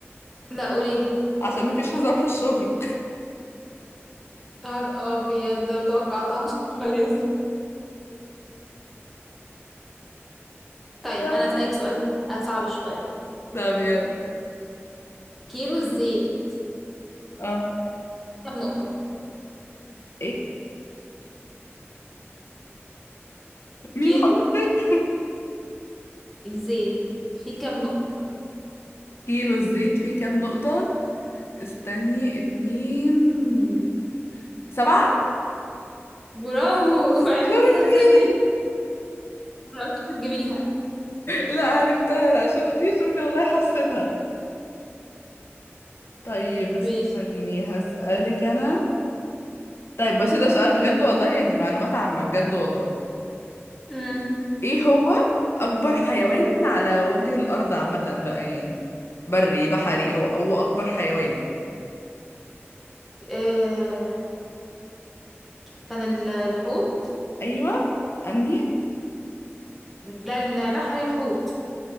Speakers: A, in the centre; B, on the left.
A: لا قوليلي
B: عشان ما فيش هزار في الشغل
A: نهار ابيض ما توقعتهاش خالص طيب
B: يلا
A: انا هسألك سؤال صعب شوية
B: <laughs> طب يلا
A: كيلو الزيت
B: اه
A: كام نقطة
B: ايه مين
A: كيلو
B: حضرتك
A: الزيت فيه كام نقطة
B: كيلو الزيت فيه كام نقطة استني اتنين سبعة
A: برافو <laughs> عرفتيها
B: شفتي؟
A: ازاي دي عرفت تجيبيها
B: لا عرفتها لا شفتي شفتي والله حسيتها طيب استني
A: ماشي
B: هسألك انا طيب بس ده سؤال بجد والله يعني معلومات عامة بجد والله
A: امم
B: ايه هو اكبر حيوان على وجه الارض عامة بقى يعني بري بحري هو هو اكبر حيوان
A: آه كان ال- الحوت
B: ايوه انهي
A: لا البحر الحوت